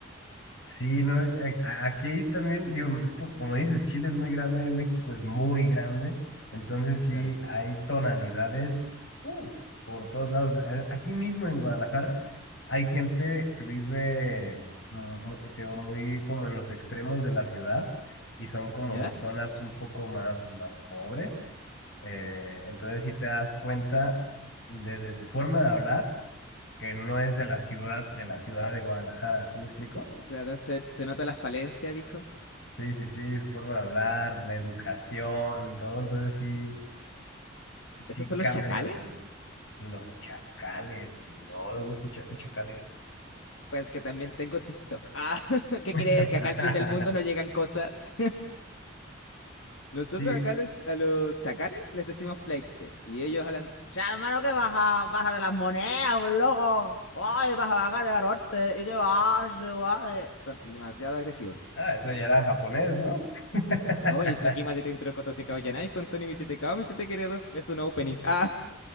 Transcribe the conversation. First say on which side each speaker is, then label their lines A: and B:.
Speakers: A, on the left; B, on the left.
A: Sí, no, a- a- aquí también, digo, es que como dices, Chile es muy grande, México es muy grande, entonces sí
B: Claro.
A: hay tonalidades uh, por todos lados. A- Aquí mismo en Guadalajara hay gente que vive mm, mu- digo, muy como en los extremos de la ciudad y son como
B: ¿Ya?
A: zonas un poco más, más pobres. Eh, entonces si te das cuenta desde su forma de hablar que no es de la ciudad, de la ciudad de Guadalajara, ¿sí me explico?
B: Claro, se, se nota la falencia, dijo.
A: Sí, sí, sí, su forma de hablar, la educación, todo, entonces sí, sí
B: ¿Estos son
A: cambia
B: los chacales?
A: bastante. Los chacales, no, ¿dónde escuchaste chacales?
B: Pues que también tengo TikTok. Ah, <laughs> ¿qué
A: <laughs>
B: crees? Que acá al fin del mundo no llegan cosas. Nosotros
A: Sí,
B: acá los- a los chacales les decimos fleite y ellos hablan, ya hermano, ¿qué baja? Baja de las monedas, pues, loco. Ay, vas a bajar de barrote. ¿Y qué vas? guade?". Son demasiado agresivos.
A: ah, eso ya era japonés, ¿no? <laughs>
B: Oye, es aquí más de Tintro Coto se Caballanáis con Tony Visetecao, Vicete Queredo. Es un opening. <laughs> Ah,